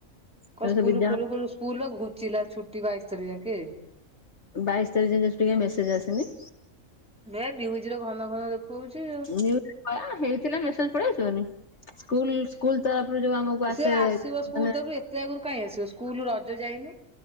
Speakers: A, in the centre; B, on the left.
A: କଣ
B: ଏବେ
A: ସ୍କୁଲ
B: ସେ ବିଦ୍ୟାଳୟ
A: ଖୋଲୁ ଖୋଲୁ ସ୍କୁଲ ବା ଘୁଞ୍ଚିଲା ଛୁଟି ବାଇଶ ତାରିଖ ଯାକେ।
B: ବାଇଶ ତାରିଖ ଜାକେ ଛୁଟି କାଇଁ ମେସଜ ଆସନି।
A: ଏ ନ୍ୟୁଜ ର ଘନ ଘନ ଦେଖୁ ଉଛି
B: ୟେ ହଁ ହେଇଥିଲେ ମେସେଜ ପଳେଇ ଆସିବନି, ସ୍ଲଲ ସ୍କୁଲ ତରଫରୁ ଯୋଉ ଆମକୁ ଆସେ
A: ସେ ଆସିବ ସ୍କୁଲ
B: ମାନେ
A: ତରଫରୁ ଏତେ ଆଗରୁ କାଇଁ ଆସିବ ସ୍କୁଲ ରଜ ଯାଇନେଇଁ।